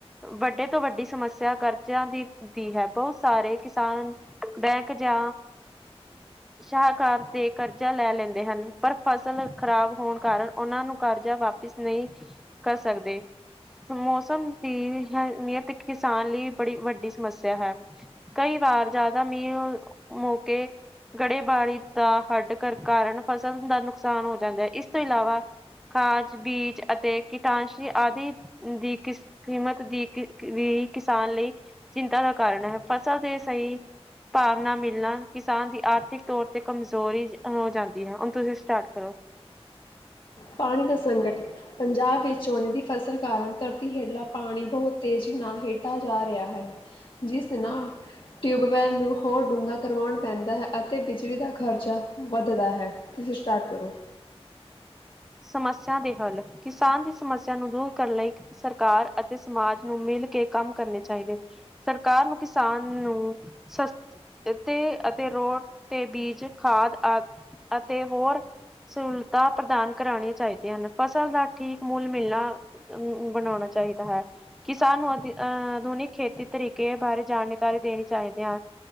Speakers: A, in the centre; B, on the left (about 50°).
A: ਵੱਡੇ ਤੋਂ ਵੱਡੀ ਸਮੱਸਿਆ ਕਰਜ਼ਿਆਂ ਦੀ ਹੁੰਦੀ ਹੈ, ਬਹੁਤ ਸਾਰੇ ਕਿਸਾਨ। ਬੈਂਕ ਜਾ ਸ਼ਾਹਕਾਰ ਦੇ ਕਰਜ਼ਾ ਲੈ ਲੈਂਦੇ ਹਨ, ਪਰ ਫਸਲ ਖ਼ਰਾਬ ਹੋਣ ਕਾਰਨ ਉਹਨਾਂ ਨੂੰ ਕਰਜ਼ਾ ਵਾਪਿਸ ਨਹੀਂ ਕਰ ਸਕਦੇ ਮੌਸਮ ਦੀ ਅ ਨਅਤ ਕਿਸਾਨ ਲਈ ਬੜੀ ਵੱਡੀ ਸਮੱਸਿਆ ਹੈ ਕਈ ਵਾਰ ਜ਼ਿਆਦਾ ਮੀਹ ਮੌਕੇ ਗੜੇਬਾਰੀ ਦਾ ਹੱਡ ਕਰ ਕਾਰਨ ਫਸਲ ਦਾ ਨੁਕਸਾਨ ਹੋ ਜਾਂਦਾ ਹੈ, ਇਸ ਤੋਂ ਇਲਾਵਾ। ਖਾਦ, ਬੀਜ ਅਤੇ ਕੀਟਾਂਸ਼ੀ ਆਦਿ ਦੀ ਕਿਸ ਕੀਮਤ ਦੀ ਵੀ ਕਿਸਾਨ ਲਈ ਚਿੰਤਾ ਦਾ ਕਾਰਨ ਹੈ, ਫਸਲ ਦੇ ਸਹੀ ਭਾਵਨਾ ਮਿਲਣਾ, ਕਿਸਾਨ ਦੀ ਆਰਥਿਕ ਤੌਰ ਤੇ ਕਮਜ਼ੋਰੀ ਹੋ ਜਾਂਦੀ ਹੈ, ਹੁਣ ਤੁਸੀਂ ਸਟਾਰਟ ਕਰੋ
B: ਪਾਣੀ ਦਾ ਸੰਕਟ ਪੰਜਾਬ ਵਿੱਚ ਝੋਨੇ ਦੀ ਫ਼ਸਲ ਕਾਰਨ ਧਰਤੀ ਹੇਠਲਾ ਪਾਣੀ ਬਹੁਤ ਤੇਜ਼ੀ ਨਾਲ ਹੇਠਾਂ ਜਾ ਰਿਹਾ ਹੈ। ਜਿਸ ਤਰਾਂ ਟਿਊਬਵੈੱਲ ਨੂੰ ਹੋਰ ਡੂੰਘਾ ਕਰਵਾਉਣ ਪੈਂਦਾ ਹੈ ਅਤੇ ਬਿਜਲੀ ਦਾ ਖਰਚਾ। ਵੱਧਦਾ ਹੈ, ਤੁਸੀਂ ਸਟਾਰਟ ਕਰੋ
A: ਸਮੱਸਿਆ ਦੇ ਹੱਲ, ਕਿਸਾਨ ਦੀ ਸਮੱਸਿਆ ਨੂੰ ਦੂਰ ਕਰਨ ਲਈ। ਸਰਕਾਰ ਅਤੇ ਸਮਾਜ ਨੂੰ ਮਿਲ ਕੇ ਕੰਮ ਕਰਨੇ ਚਾਹੀਦੇ ਸਰਕਾਰ ਨੂੰ ਕਿਸਾਨ ਨੂੰ ਸਸ ਤੇ ਅਤੇ ਰੋਟ ਤੇ ਬੀਜ ਖਾਦ ਆ ਅਤੇ ਹੋਰ ਸਹੂਲਤਾਂ ਪ੍ਰਦਾਨ ਕਰਾਉਣੀਆਂ ਚਾਹੀਦੀਆਂ ਹਨ, ਫਸਲ ਦਾ ਠੀਕ ਮੁੱਲ ਮਿਲਣਾ ਅਮ ਬਣਾਉਣਾ ਚਾਹੀਦਾ ਹੈ। ਕਿਸਾਨ ਨੂੰ ਅ ਅਹ ਆਧੁਨਿਕ ਖੇਤੀ ਤਰੀਕੇ ਬਾਰੇ ਜਾਣਕਾਰੀ ਦੇਣੀ ਚਾਹੀਦੀ ਹੈ।